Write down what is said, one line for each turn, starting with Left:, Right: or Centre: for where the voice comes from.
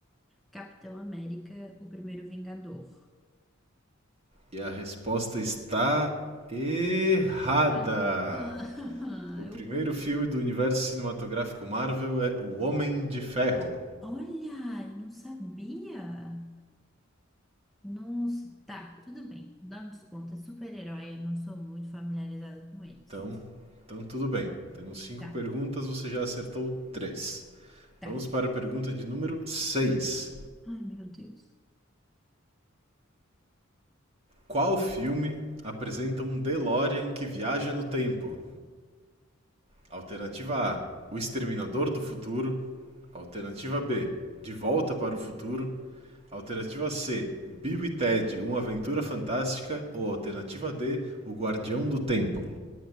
Centre: Capitão América, o primeiro Vingador.
Right: E a resposta está errada.
Centre: Ai. Ah,
Right: O primeiro
Centre: <laughs> é o Hulk.
Right: filme do universo cinematográfico Marvel é O Homem de Ferro.
Centre: Olha, eu não sabia. Nossa, tá, tudo bem. Dá um desconto. É super-herói, eu não sou muito familiarizada com eles.
Right: Então, então tudo bem. Temos cinco
Centre: Tá,
Right: perguntas, você já acertou três.
Centre: tá.
Right: Vamos para a pergunta de número seis.
Centre: Ai, meu Deus.
Right: Qual filme apresenta um DeLorean que viaja no tempo? Alternativa A: O Exterminador do Futuro. Alternativa B: De Volta para o Futuro. Alternativa C: Bill e Ted, Uma Aventura Fantástica. Ou alternativa D: O Guardião do Tempo.